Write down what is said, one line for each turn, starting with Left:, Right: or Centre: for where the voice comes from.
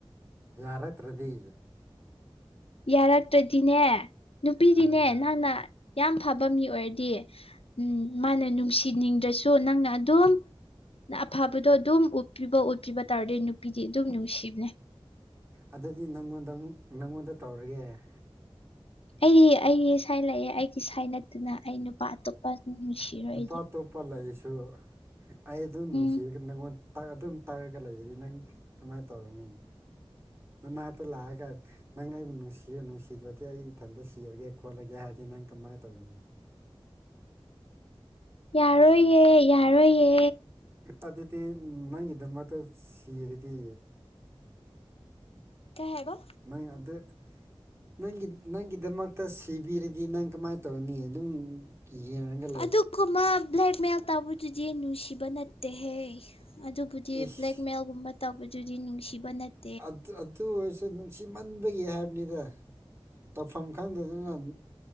Right: ꯌꯥꯔꯛꯇ꯭ꯔꯗꯤ
Left: ꯌꯥꯔꯛꯇ꯭ꯔꯗꯤꯅꯦ ꯅꯨꯄꯤꯗꯤꯅꯦ
Right: ꯎꯝ
Left: ꯅꯪꯅ ꯌꯥꯝ ꯐꯕ ꯃꯤ ꯑꯣꯏꯔꯗꯤ ꯎꯝ ꯃꯥꯅ ꯅꯨꯡꯁꯤꯅꯤꯡꯗ꯭ꯔꯁꯨ ꯅꯪꯅ ꯑꯗꯨꯝ ꯅ ꯑꯐꯕꯗꯣ ꯑꯗꯨꯝ ꯎꯠꯄꯤꯕ ꯎꯠꯄꯤꯕ ꯇꯧꯔꯗꯤ ꯅꯨꯄꯤꯗꯤ ꯑꯗꯨꯝ ꯅꯨꯡꯁꯤꯕꯅꯦ
Right: ꯑꯗꯨꯗꯤ ꯅꯪꯉꯣꯟꯗ ꯑꯃꯨꯛ ꯅꯪꯉꯣꯟꯗ ꯇꯧꯔꯒꯦ
Left: ꯑꯩ ꯑꯩꯒꯤ ꯁꯥꯏ ꯂꯩꯌꯦ ꯑꯩꯒꯤ ꯁꯥꯏ ꯅꯠꯇꯅ ꯑꯩ ꯅꯨꯄꯥ ꯑꯇꯣꯞꯄ ꯅꯨꯡꯁꯤꯔꯣꯏ
Right: ꯅꯨꯄꯥ
Left: ꯑꯩꯗꯤ
Right: ꯑꯇꯣꯞꯄ ꯂꯩꯁꯨ ꯑꯩ ꯑꯗꯨꯝ ꯅꯨꯡꯁꯤꯔꯒ
Left: ꯎꯝ
Right: ꯅꯪꯉꯣꯟ ꯇꯥ ꯑꯗꯨꯝ ꯇꯛꯔꯒ ꯂꯩꯔꯗꯤ ꯅꯪ ꯀꯃꯥꯏ ꯇꯧꯒꯅꯤ ꯅꯅꯥꯛꯇ ꯂꯛꯑꯒ <unintelligible> ꯅꯪ ꯑꯩꯕꯨ ꯅꯨꯡꯁꯤꯌꯣ ꯅꯨꯡꯁꯤꯗ꯭ꯔꯗꯤ ꯑꯩ ꯏꯊꯟꯇ ꯁꯤꯔꯒꯦ ꯈꯣꯠꯂꯒꯦ ꯍꯥꯏꯔꯗꯤ ꯅꯪ ꯀꯃꯥꯏ ꯇꯧꯅꯤ
Left: ꯌꯥꯔꯣꯏꯌꯦ ꯌꯥꯔꯣꯏꯌꯦ
Right: ꯑꯗꯨꯗꯤ ꯅꯪꯒꯤꯗꯃꯛꯇ ꯁꯤꯔꯗꯤ
Left: ꯀꯩ ꯍꯥꯢꯕ
Right: ꯅꯪ <unintelligible> ꯅꯪꯒꯤ ꯅꯪꯒꯤꯗꯃꯛꯇ ꯁꯤꯕꯤꯔꯗꯤ ꯅꯪ ꯀꯃꯥꯏꯅ ꯇꯧꯅꯤ ꯑꯗꯨꯝ ꯀꯤꯔꯒ
Left: ꯑꯗꯨ ꯀꯨꯝꯕ ꯕ꯭ꯂꯦꯛꯃꯦꯜ ꯇꯧꯕ ꯑꯗꯨꯗꯤ ꯅꯨꯡꯁꯤꯕ ꯅꯠꯇꯦꯍꯦ ꯑꯗꯨꯕꯨꯗꯤ
Right: ꯏꯁ
Left: ꯕ꯭ꯂꯦꯛꯃꯦꯜꯒꯨꯝꯕ ꯇꯧꯕꯗꯨꯗꯤ ꯅꯨꯡꯁꯤꯕ ꯅꯠ
Right: ꯑꯗꯨ ꯑꯗꯨ ꯑꯣꯏꯔꯁꯨ ꯅꯨꯡꯁꯤꯃꯟꯕꯒꯤ ꯍꯥꯏꯕꯅꯤꯗ ꯇꯧꯐꯝ ꯈꯪꯗꯗꯅ